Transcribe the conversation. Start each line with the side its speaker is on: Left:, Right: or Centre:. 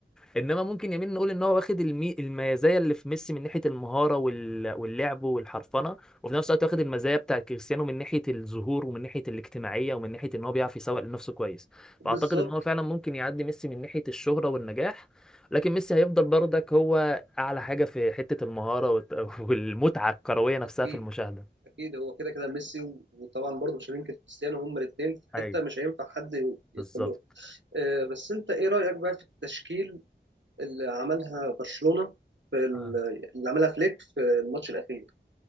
Centre: انما ممكن يمين نقول ان هو واخد المي... المزايا اللي في ميسي من ناحيه المهاره وال... واللعب والحرفنه وفي نفس الوقت واخد المزايا بتاع كريستيانو من ناحيه الظهور ومن ناحيه الاجتماعيه ومن ناحيه ان هو بيعرف يسوق لنفسه كويس
Right: بالظبط
Centre: فاعتقد ان هو فعلا ممكن يعدي ميسي من ناحيه الشهره والنجاح لكن ميسي هيفضل برضك هو اعلى حاجه في حته المهاره والت... <laughs> والمتعه الكرويه نفسها
Right: اكيد
Centre: في المشاهده
Right: اكيد هو كده كده ميسي و- وطبعا برضه مش هننكر كريستيانو هما الاثنين في
Centre: ايوه
Right: حته مش هينفع حد ي- يدخل
Centre: بالظبط
Right: لهم آه، بس انت ايه رايك بقى في التشكيل اللي عملها برشلونه في ال-
Centre: آه.
Right: اللي عملها فليك في الماتش الاخير